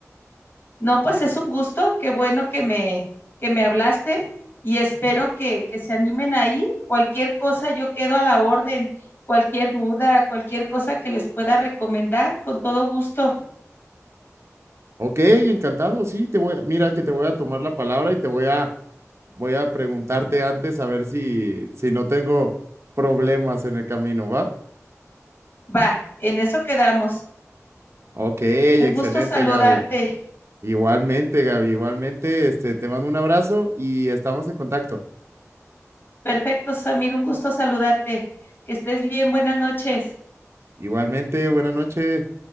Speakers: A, on the left (about 45°); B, on the right (about 55°).
A: No, pues es un gusto, qué bueno que me, que me hablaste y espero que, que se animen a ir. Cualquier cosa, yo quedo a la orden, cualquier duda, cualquier cosa que les pueda recomendar, con todo gusto.
B: Ok, encantado, sí, te voy a, mira que te voy a tomar la palabra y te voy a, voy a preguntarte antes a ver si, si no tengo problemas en el camino, ¿va?
A: Va, en eso quedamos.
B: Ok, excelente,
A: Un gusto saludarte.
B: Gaby. Igualmente, Gaby, igualmente, este, te mando un abrazo y estamos en contacto.
A: Perfecto, Samir, un gusto saludarte. Que estés bien, buenas noches.
B: Igualmente, buena noche.